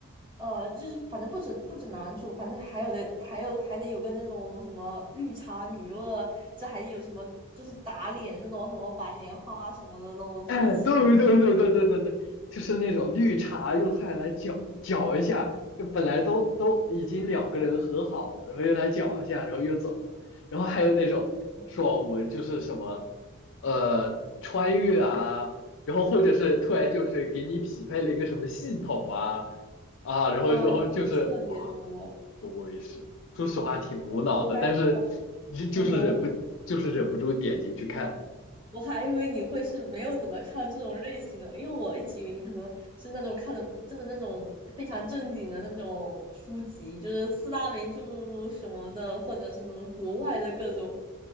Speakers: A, on the right (about 20°); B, on the left (about 55°).
A: 呃，就是反正不止不止男主，反正还有的还有还得有个那种什么绿茶女二，这还有什么就是打脸那种什么白莲花什么的那种剧情，
B: 哎，对对对对对对对，
A: 就特别
B: 就是那种绿茶用菜来搅搅一下，就本来都都已经两个人和好了，然后又来搅一下，然后又怎么，然后还有那种爽文，
A: 嗯
B: 就是什么呃穿越啊，然后或者是突然就是给你匹配了一个什么系统啊啊，然后然后就是哇，
A: 嗯特别多。
B: 对是的，说实话挺无脑的，
A: 我还我
B: 但是你就是忍不就是忍不住点进去看。
A: 嗯哼。我还以为你会是没有怎么看这种类型的，因为我一直以为你可能是那种看了比真的那种非常正经的那种书籍，就是四大名著什么的，或者是那种国外的各种